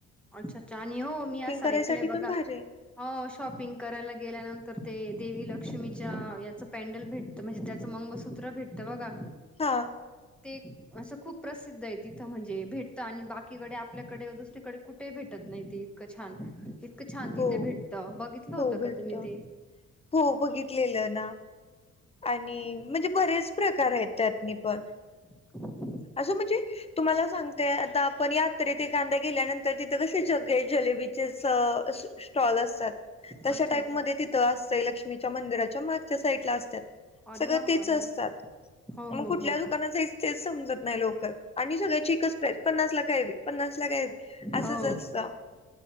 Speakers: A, in the centre; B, on the left.
A: अच्छा अच्छा आणि ओ मी असं
B: करायसाठी
A: ऐकलय
B: पण
A: बघा,
B: भारी आहे.
A: हो शॉपिंग करायला गेल्यानंतर ते देवी लक्ष्मीच्या याचं पॅन्डल भेटत म्हणजे त्याचं मंगसूत्र भेटतं बघा.
B: हा.
A: ते असं खूप प्रसिद्ध आहे तिथं म्हणजे भेटत आणि बाकी <unintelligible> कडे आपल्याकडे दुसरीकडे कुठे भेटत नाही ते इतकं छान छानतीथे
B: हो
A: भेटत बघितलं
B: हो
A: होतं
B: भेटत
A: का तुम्ही ते.
B: हो बघितलेलं ना आणि म्हणजे बरेच प्रकार आहेत त्यातनी पण.
A: <inaudible>
B: असं म्हणजे तुम्हाला सांगतेय आता. पण यात तरी तेे कांदा गेल्यानंतर तिथं कसे जग ते जलेबीचेच स्टॉल असतात. तशा
A: अच्छा
B: टाईप
A: अच्छा
B: मध्ये तिथं असतंय लक्ष्मीच्या मंदिराच्या मा च्या साईट ला असतात.
A: अरे
B: सगळं
A: वा
B: तेच
A: अरे
B: असतात
A: वा हो
B: मग
A: हो
B: कुठल्या
A: हो
B: दुकानात जायच तेच समजत नाही लोकर आणि सगळ्याची एकच प्राईस पन्नास ला कावी पन्नास ला का हवी, असच
A: हो
B: असत